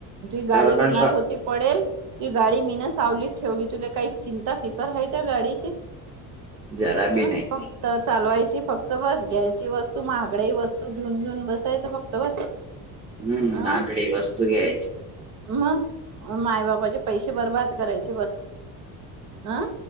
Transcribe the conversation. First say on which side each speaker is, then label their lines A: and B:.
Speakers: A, on the right; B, on the right.
A: तुही गाडी
B: तर
A: उन्हात
B: कडता
A: होती पडेल. तीही गाडी मीन सावलीत ठेवली. तुला काही चिंता फिकर आहे त्या गाडीची.
B: जरा
A: अ
B: बी नाही.
A: फक्त चालवायची फक्त बस. घ्यायची वस्तू महागडी वस्तू घेऊन घेऊन बसायच फक्त बस. <inaudible>
B: हम्म
A: अं
B: आकडी वस्तू घे
A: मग मायबापाचे पैसे बर्बाद करायचे बस. हा